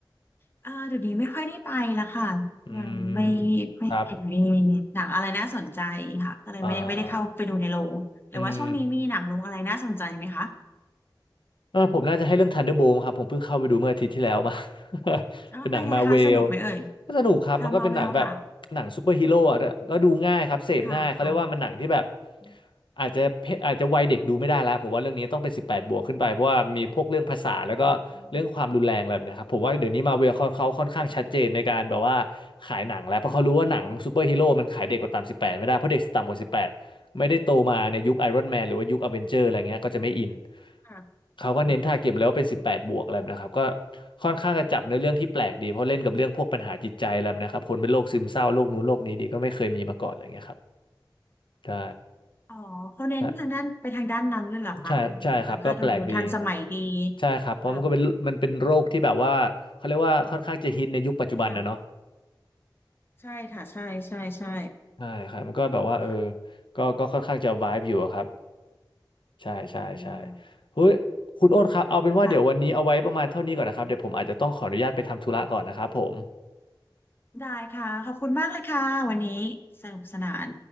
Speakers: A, on the left; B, on the left.
A: เอ่อเดี๋ยวนี้ไม่ค่อยได้ไปแล้วค่ะยังไม่
B: อืม
A: ไม่เห็นมี
B: ครับ
A: หนังอะไรน่าสนใจค่ะก็เลยไม่ได้ไม่ได้เข้าไปดูในโรงหรือว่าช่วงนี้มีหนังโรงอะไรน่าสนใจไหมคะ
B: อ่าอืม เออผมน่าจะให้เรื่อง Thunderbolt ครับผมเพิ่งเข้าไปดูเมื่ออาทิตย์ที่แล้วมา <laughs>
A: อ๋อเป็นไงคะสนุกไหมเอ่ย
B: เป็นหนังมาเวลก็สนุกครับมันก็เป็นหนังแบบหนังซูเปอร์ฮีโร่อะก็ดูง่ายครับเสพง่ายเขาเรียกว่ามันหนังที่แบบ
A: ค่ะมาเวลค่ะค่ะค่ะอ
B: อาจจะเพอาจจะวัยเด็กดูไม่ได้แล้วผมว่าเรื่องนี้ต้องเป็นสิบแปดบวกขึ้นไปเพราะว่ามีพวกเรื่องภาษาแล้วก็เรื่องความรุนแรงอะไรแบบเนะครับผมว่าเดี๋ยวนี้มาเวลเขาเขาค่อนข้างชัดเจนในการแบบว่า
A: ืมค่ะ
B: ขายหนังแล้วเพราะเขารู้ว่าหนังซูเปอร์ฮีโร่มันขายเด็กกว่าต่ำสิบแปดไม่ได้เพราะเด็กต่ำกว่าสิบแปด ไม่ได้โตมาในยุคไอรอนแมนหรือว่ายุคอเวนเจอร์อะไรเงี้ยก็จะไม่อิน
A: ค่ะ
B: เขาก็เน้นทาร์เก็ตแล้วว่าเป็นสิบแปดบวกอะไรแบบนะครับก็
A: อื
B: ค่อนข้างจะจับเนื้อเรื่องที่แปลกดีเพราะเล่นกับเรื่องพวกปัญหาจิตใจอะไรแบบนะครับคนเป็นโรคซึมเศร้าโรคนู้นโรคนี้ดีก็ไม่เคยมีมาก่อนอะไรเงี้ยครับ
A: ม
B: ใช่
A: อ๋อเขาเน้นทางด้านไปทางด้านนั้นเลยเหรอคะอืมแล้วก็ดูทันสมัยดี
B: ใช่ใช่ใช่ครับก็แปลกดีใช่ครับเพราะมันก็เป็นมันเป็นโรคที่แบบว่าเขาเรียกว่าค่อนข้างจะฮิตในยุคปัจจุบันนะเนาะ
A: ค่ะค่ะใช่ค่ะใช่ใช่ใช่
B: ใช่ครับมันก็แบบว่าเออ
A: ถูกค่ะ
B: ก็ก็ค่อนข้างจะ vibe อยู่อะครับใช่ใช่ใช่
A: อืม
B: เฮ้ยคุณโอ๊ตครับเอาเป็นว่าเดี๋ยววันนี้เอาไว้ประมาณเท่านี้ก่อนนะครับเดี๋ยวผมอาจจะต้องขออนุญาตไปทำธุระก่อนนะครับผม
A: ค่ะค่ะได้ค่ะขอบคุณมากเลยค่ะวันนี้สนุกสนาน